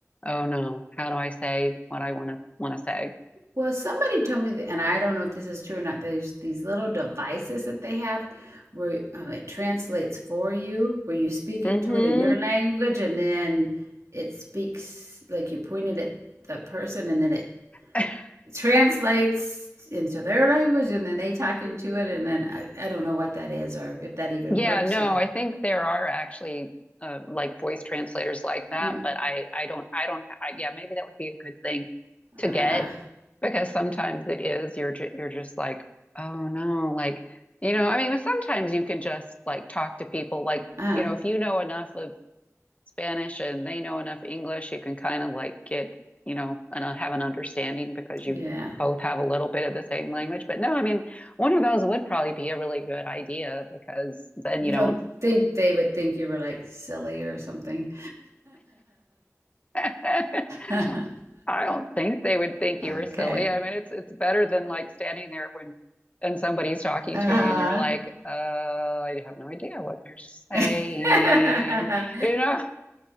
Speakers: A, on the left (about 25°); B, on the right (about 65°).
A: oh no, how do I say what I wanna wanna say?
B: Well, somebody told me that, and I don't know if this is true or not. There's these little devices that they have where um, it translates for you, where you speak into
A: hmm
B: it in your language, and then it speaks like you pointed at the person, and then it
A: <laughs>
B: translates into their language, and then they talk into it, and then I, I don't know what that is or if that even
A: Yeah,
B: works
A: no,
B: or
A: I think there are actually uh, like voice translators like that,
B: mm,
A: but I I don't I don't I, yeah, maybe that would be a good thing to
B: uh-huh,
A: get because sometimes it is you're ju you're just like, oh no, like you know, I mean, sometimes you can just like talk to people like,
B: uh-huh,
A: you know, if you know enough of Spanish and they know enough English, you can kind of like get, you know, and uh, have an understanding because
B: yeah.
A: you both have a little bit of the same language. But no, I mean, one of those would probably be a really good idea because then
B: You
A: you don't,
B: don't think they would think you were like silly or something.
A: <laughs> I
B: <laughs>
A: don't think they would think you were
B: Okay.
A: silly. I mean, it's it's better than like standing there when and somebody's talking
B: Uh-huh.
A: to you and you're like, uh, I have no idea what they're saying,
B: <laughs> Yeah.
A: you know.